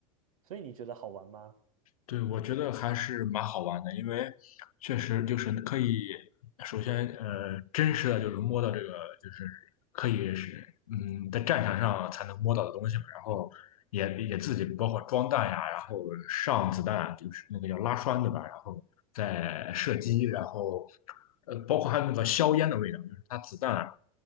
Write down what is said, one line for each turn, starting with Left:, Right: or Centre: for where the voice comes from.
Right: 所以你觉得好玩吗？
Left: 对，我觉得还是蛮好玩的，因为确实就是可以，首先呃，真实的就是摸到这个，就是可以是嗯，在战场上才能摸到的东西嘛，然后也也自己包括装弹呀，然后上子弹，就是那个叫拉栓对吧？然后再射击，然后呃，包括还有那个硝烟的味道，就是它子弹